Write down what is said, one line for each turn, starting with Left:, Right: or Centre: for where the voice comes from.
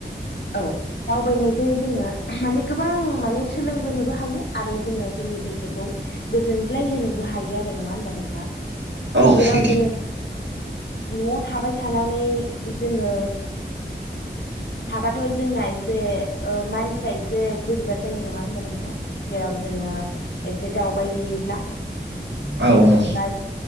Left: औ दावबायनायजों जोङो माने गोबां माने सोलोंबोनोबो हायो आरो जोङो जोंनि गोसोखौ गोजोनग्लाय होनोबो हायो आरो नङा होनबा नोंथां?
Right: औ
Left: जेराव
Right: सैथो
Left: जोङो न'आव थाबाय थानानै जोङो थाबाथ' जोंना एसे ओ माइनफोरा एसे बोरैबा जायो नङा होनबा नोंथां? जेराव जोङो एसे दावबायहैयोब्ला
Right: औ औ
Left: आ